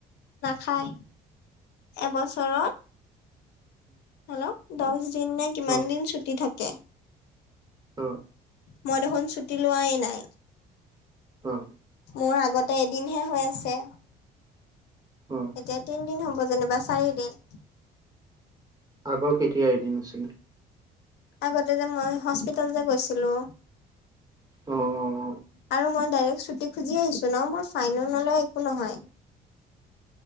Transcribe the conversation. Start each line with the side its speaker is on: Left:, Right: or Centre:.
Left: খাই এবছৰত হেল্ল', দচ দিন নে কিমান
Right: অ
Left: দিন ছুটী থাকে
Right: অ
Left: মই দেখোন ছুটি লোৱাই নাই
Right: অ
Left: মোৰ আগতে এদিনহে হৈ আছে
Right: অ
Left: এতিয়া, তিনদিন হ'ব যেনিবা চাৰিদিন।
Right: আগৰ কেতিয়া এদিন আছিল?
Left: আগতে যে মই হস্পিতেল যে গৈছিলো
Right: অ অ অ
Left: আৰু মই ডাইৰেক্ট ছুটী খুজি আহিছোঁ ন' মোৰ ফাইন নলয় একো নহয়। <inaudible>